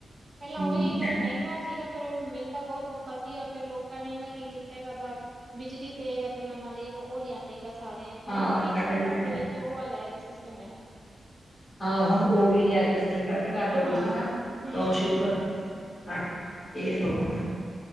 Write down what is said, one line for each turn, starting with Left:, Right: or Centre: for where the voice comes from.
Right: ਪਹਿਲਾਂ
Left: ਹਮ
Right: ਓਈ ਚੱਲ ਮ ਮਹਿੰਗਾ ਸੀਗਾ ਪਰ ਓ ਮਿਲਦਾ ਬੋਤ ਔਖਾ ਸੀ, ਯਾ ਫੇਰ ਲੋਕਾਂ ਨੇ ਗਾ ਕੀ ਕੀਤਾ ਹੈਗਾ ਬਾ ਬਿਜਲੀ ਤੇ ਹੈਗਾ ਚੱਲਨ ਵਾਲੇ ਓ ਲਿਆਂਦੇਗਾ ਸਾਰੇਆਂ ਹੁਨ
Left: ਹਾਂ
Right: ਹਰ
Left: ਵਗੈਰਾ
Right: ਇੱਕ ਦੇ
Left: ਲਿਆਏ
Right: ਘਰ ਦੇ ਵਿੱਚ <unintelligible> ਸਿਸਟਮ ਐ।
Left: ਹਾਂ, ਹੁਨ ਓ ਵੀ ਲਿਆਏ ਜੱਦ ਸਿਲੰਡਰਾਂ ਦੀ ਘਾਟ ਹੋ ਗਈ
Right: ਹਾਂ,
Left: ਸੀ ਨਾ
Right: ਹੂੰ-ਹੂੰ,
Left: ਤਾਂ ਉਹ ਸ਼ੁਰੂ ਕਰਦੇ
Right: ਹੂੰ,
Left: ਸੀ। <unintelligible>